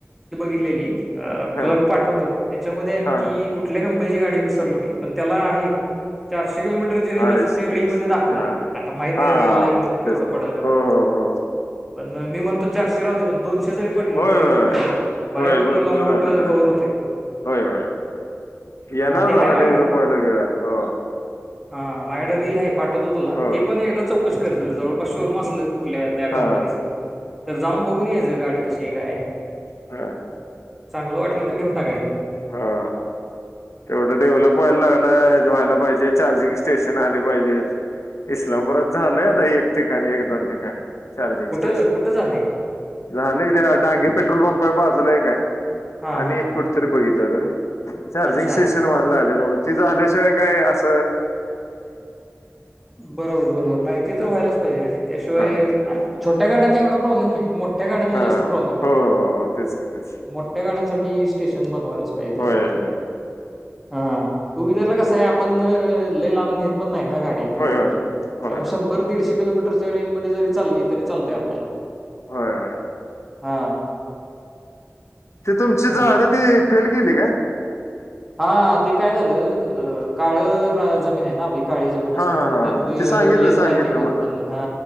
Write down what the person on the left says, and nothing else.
हां
हां
अडीचशे
तीनशे
हां
हां
मग
तेच
हो हो हो
होय
होय
होय भरपूर
झालं
होय
होय होय येणार
जरा
डेव्हलप व्हायला वेळ आहे हो
हो
हा
हां.
हा हा तेवढं डेव्हलप व्हायला लाग व्हायला पाहिजे चार्जिंग स्टेशन आली पाहिजेत, इस्लामपुरात झालंय आता एक ठिकाणी एक- दोन ठिकाणी चार्जिंग
स्टेशन
झालयं, त्या डांगे पेट्रोल पंप पर बाजूला एक हाय
आणि
कुठ तरी बघीत <unintelligible> चार्जिंग
स्टेशन व्हाय लागल्यात ते झाल्याशिवाय काय आस
होय
हा
हो हो हो तेच की तेच
होय
होय
होय
होय
होय होय.
ते तुमची
झाड ती फेल गेली काय?
हा हा हा
ती सांगितलं
सांगितलं
मला